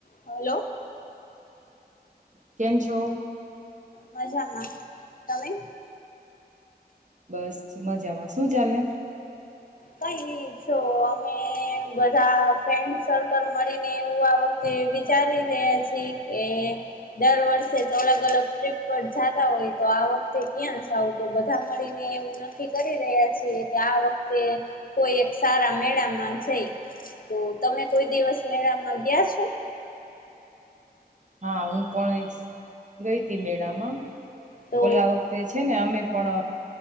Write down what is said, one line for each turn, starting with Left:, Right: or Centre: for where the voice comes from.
Left: હલોો.
Right: કેન્ છો.
Left: મજામાં તમે.
Right: બસ મજામાં શું ચાલે?
Left: કઈ નહી જો અમે બધા ફ્રેન્ડ સર્કલ મળીને એવું આ વખતે વિચારી રહ્યા છીએ કે દર વર્ષે તો અલગ અલગ ટ્રીપ પર જતા હોય તો આ વખતે ક્યાં જાવ તો બધા મળીને એવું નક્કી કરી રહ્યા છીએ કે આ વખતે તે કોઈ એક સારા મેળામાં જઈ તો તમે કોઈ દિવસ મેળામાં ગયા છો.
Right: હા હું પણ એક ગઈ હતી મેળામાં.
Left: તો
Right: ઓલા વખતે છે ને અમે પણ